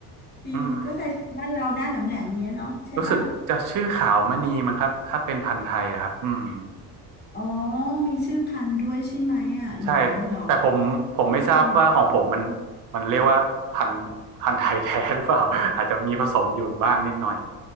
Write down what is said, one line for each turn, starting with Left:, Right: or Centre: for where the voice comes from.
Left: จริงก็ใช่ทางบ้านเราหน้าแหลมแหลมเงี้ยเนาะใช่ป่ะ
Right: อืมรู้สึกจะชื่อขาวมณีมั้งครับถ้าเป็นพันธุ์ไทยอะครับอืม
Left: อ๋อ มีชื่อพันธุ์ด้วยใช่ไหมอ่ะหรอหรอ
Right: ใช่ แต่ผมผมไม่ทราบว่าของผมมัน
Left: อืม
Right: มันเรียกว่าพันธุ์พันธุ์ไทยแท้หรือเปล่า <laughs> อาจจะมีผสมอยู่บ้างนิดหน่อย